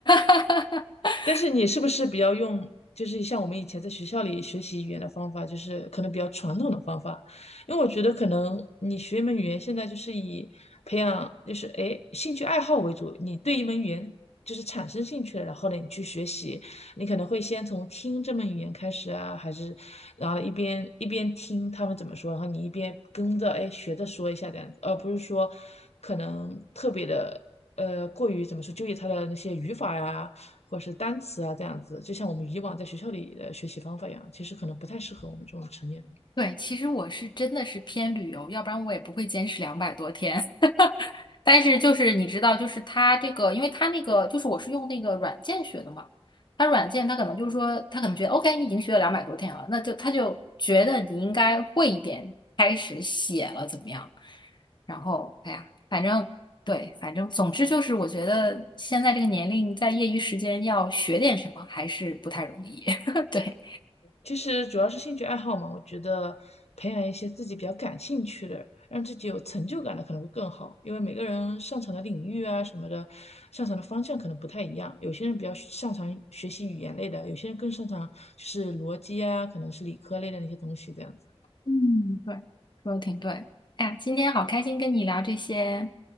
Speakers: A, on the left (about 45°); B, on the left (about 85°).
A: <laughs>
B: 但是你是不是比较用，就是像我们以前在学校里学习语言的方法，就是可能比较传统的方法？因为我觉得可能你学一门语言，现在就是以培养，就是诶兴趣爱好为主。你对一门语言就是产生兴趣了，然后呢你去学习，你可能会先从听这门语言开始啊，还是然后一边一边听他们怎么说，然后你一边跟着诶学着说一下这样子，而不是说可能特别的。呃，过于怎么说，纠结它的那些语法呀、或者是单词啊这样子，就像我们以往在学校里的学习方法一样，其实可能不太适合我们这种成年人。
A: 对，其实我是真的是偏旅游，要不然我也不会坚持两百多天。但是就是你知道，就是他这个，因为他那个就是我是用那个软件学的嘛，他软件他可能就是说，他可能觉得 OK，你已经学了两百多天了，那就他就觉得你应该会一点，开始写了怎么样？然后哎呀，反正对，反正总之就是，我觉得现在这个年龄在业余时间要学点什么还是不太容易。<laughs> 对，
B: 其实主要是兴趣爱好嘛，我觉得培养一些自己比较感兴趣的，让自己有成就感的可能会更好，因为每个人擅长的领域啊什么的，擅长的方向可能不太一样。有些人比较擅长学习语言类的，有些人更擅长就是逻辑啊，可能是理科类的那些东西这样子。
A: 嗯，对，说的挺对。哎呀，今天好开心跟你聊这些，